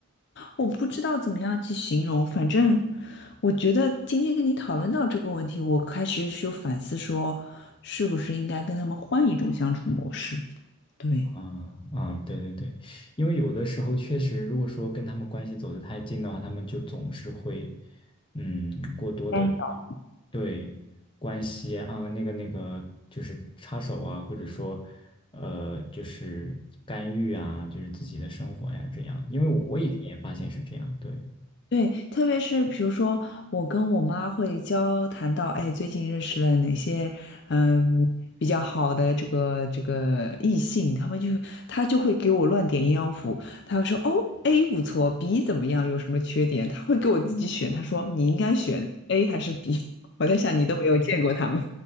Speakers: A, on the left; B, on the left.
A: 我不知道怎么样去形容，反正我觉得今天跟你讨论到这个问题，我开始就反思说，是不是应该跟他们换一种相处模式？对，
B: 嗯嗯，对对对，因为有的时候确实，如果说跟他们关系走得太近的话，他们就总是会，嗯，过多的
A: 干扰。
B: 对关系啊，那个那个，就是插手啊，或者说，呃，就是干预啊，就是自己的生活呀，这样。因为我我以前也发现是这样，对，
A: 对，特别是比如说，我跟我妈会交谈到，哎，最近认识了哪些嗯、比较好的这个这个异性，他们就他就会给我乱点鸳鸯谱，他会说哦，A 不错，B 怎么样，有什么缺点，他会给我自己选，他说你应该选 A 还是 B，<laughs> 我在想你都没有见过他们。